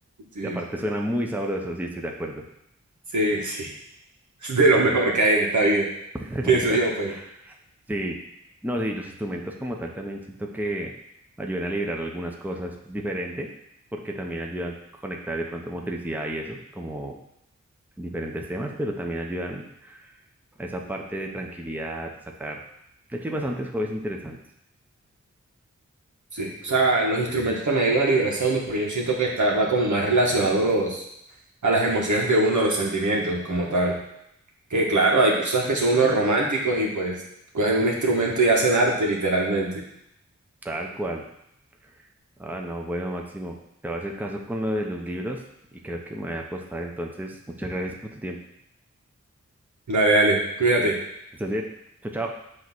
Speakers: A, on the right (about 70°); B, in the centre.
A: Sí,
B: y aparte suena muy sabroso, sí, estoy de acuerdo.
A: sí, sí. <laughs> Es de lo mejor que hay en esta vida,
B: <laughs>
A: pienso yo, pues.
B: Sí, no, sí, los instrumentos como tal también siento que ayudan a liberar algunas cosas diferente, porque también ayudan a conectar de pronto motricidad y eso, como diferentes temas, pero también ayudan a esa parte de tranquilidad, de sacar. De hecho, hay bastantes hobbies interesantes.
A: Sí, o sea, los instrumentos también ayudan a liberarse a uno, pero yo siento que está, va como más relacionado a los, a las emociones de uno, a los sentimientos como tal. Que claro, hay personas que son unos románticos y pues cogen un instrumento y hacen arte literalmente.
B: Tal cual. Ah, no, bueno, Máximo, te voy a hacer caso con lo de los libros y creo que me voy a acostar. Entonces, muchas gracias por tu tiempo.
A: Dale, dale, cuídate.
B: Estás bien. Chao, chao.